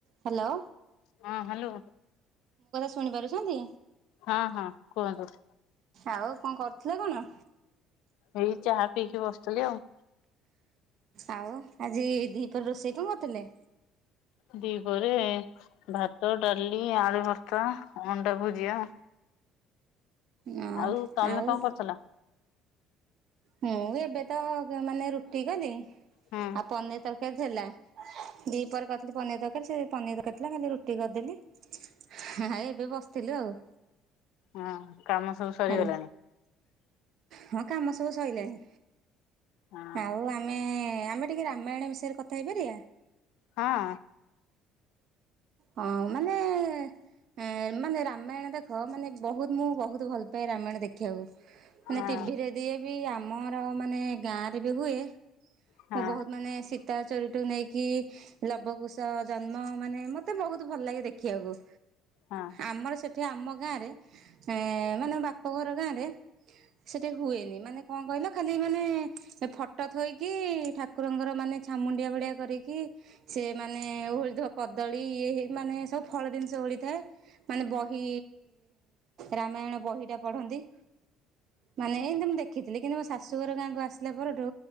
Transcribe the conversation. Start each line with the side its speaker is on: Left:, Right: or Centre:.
Right: Hello.
Left: ହଁ hello
Right: ଶୁଣିପାରୁଛନ୍ତି?
Left: ହଁ ହଁ କୁହନ୍ତୁ।
Right: ଆଉ କଁ କରୁଥୁଲେ କଣ?
Left: ଏଇ ଚାହା ପିଇକି ବସିଥିଲି ଆଉ।
Right: ଆଉ ଆଜି ଦିହିପର ରୋଷେଇ କଁ କରିଥିଲେ?
Left: ଦିପହରେ ଭାତ ଡାଲି ଆଳୁ ଭର୍ତ୍ତା ଅଣ୍ଡା ଭୁଜିଆ
Right: ହୁଁ
Left: ଆଉ ତମେ
Right: ଆଉ
Left: କଣ କରୁଥିଲ?
Right: ମୁଁ ଏବେ ତ ମାନେ ରୁଟି କଲି
Left: ହୁଁ
Right: ଆଉ ପନିର ତରକାରୀ ଥିଲା। ଦିପହରେ କରିଥିଲି ପନିର ତରକାରୀ ସେ ପନିର ତରକାରୀ ଥିଲା ଖାଲି ରୁଟି କରିଦେଲି ହା ହା ଏବେ ବସିଥିଲୁ ଆଉ।
Left: ହଁ କାମ ସବୁ ସରିଗଲାଣି।
Right: ଭଲ ହଁ କାମ ସବୁ ସଇଲାଣି।
Left: ହଁ
Right: ଆଉ ଆମେ ଆମେ ଟିକେ ରାମାୟଣ ବିଷୟରେ କଥା ହେଇପାରିଆ।
Left: ହଁ।
Right: ହଁ ମାନେ ଏ ମାନେ ରାମାୟଣ ଦେଖ ମାନେ ବହୁତ ମୁଁ ବହୁତ ଭଲ ପାଏ ରାମାୟଣ ଦେ ଖିଆକୁ ମାନେ
Left: ହଁ
Right: ଟିଭିରେ ଦିଏ ବି ଆମର ମାନେ ଗାଁରେ ବି ହୁଏ
Left: ହଁ ହଁ
Right: ମୁଁ ବହୁତ ମାନେ ସୀତା ଚୋରିଠୁ ନେଇକି ଲବକୁୁଶ ଜନ୍ମ ମାନେ ମତେ ବହୁତ ଭଲ ଲାଗେ ଦେଖିଆକୁ।
Left: ହଁ।
Right: ଆମର ସେଠି ଆମ ଗାଁରେ ଏ ମାନେ ବାପଘର ଗାଁରେ ସେଠି ହୁଏନି। ମାନେ କଣ କହିଲ ଖାଲି ମାନେ ଫଟୋ ଥୋଇକି କି ଠାକୁରଙ୍କର ମାନେ ଛାମୁଣ୍ଡିଆ ଭଳିଆ କରିକି ସେ ମାନେ ଓହୋଳିଥିବା କଦଳୀ ଇଏ ମାନେ ସବୁ ଫଳ ଜିନିଷ ଓଳିଥାଏ। ମାନେ ବହି ରାମାୟଣ ବହିଟା ପଢନ୍ତି। ମାନେ ଏନ୍ତି ମୁଁ ଦେଖିଥିଲି କିନ୍ତୁ ମୋ ଶାଶୁଘର ଗାଁକୁ ଆସିଲା ପରଠୁ